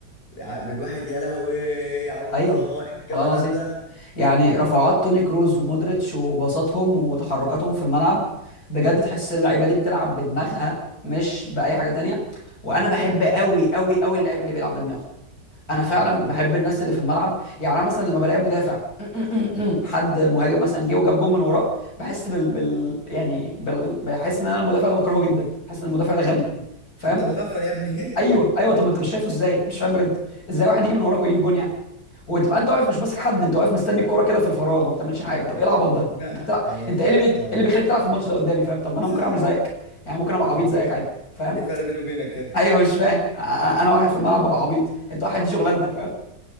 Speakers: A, on the left; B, on the left.
A: عقل الواحد يا لهوي على العظمه
B: ايوه
A: ايه الجمدان
B: والله العظيم
A: ده
B: يعني رفعات توني كروز ومودريتش وبساطهم وتحركاتهم في الملعب بجد تحس اللعيبه دي بتلعب بدماغها مش باي حاجه تانية وانا
A: ده حرفيا
B: بحب قوي قوي قوي اللاعب اللي بيلعب بدماغه
A: حرفيا
B: انا فعلا
A: فعلا
B: بحب الناس اللي في الملعب يعني انا مثلا لما بلاقي مدافع <clears throat> حد مهاجم مثلا جه وجاب جون من وراه بحس بال, بال... يعني بال... بحس ان انا المدافع ده بكرهه جدا بحس ان المدافع ده غبي
A: مم.
B: فاهم
A: انت مغفل يا ابني
B: ايوه ايوه طب ما انت مش شايفه ازاي مش فاهم بجد ازاي واحد يجي من وراك ويجيب جون يعني وتبقى انت واقف مش ماسك حد انت واقف مستني الكوره كده في الفراغ ما بتعملش حاجه
A: <laughs>
B: طب ايه العبط ده
A: دي بقى
B: انت بتلعب
A: يعني
B: انت
A: دي
B: ايه
A: بقى
B: اللي بيت... ايه
A: آه،
B: اللي بيخليك تلعب في الماتش
A: مم.
B: ده قدامي فاهم طب ما
A: <laughs>
B: انا ممكن اعمل زيك يعني ممكن ابقى
A: حرفيا
B: عبيط زيك عادي فاهم
A: ايه الفرق بيني وبينك
B: <laughs>
A: كده
B: ايوه مش فاهم انا أنا واحد في الملعب ببقى عبيط انت واحد دي شغلانتك فاهم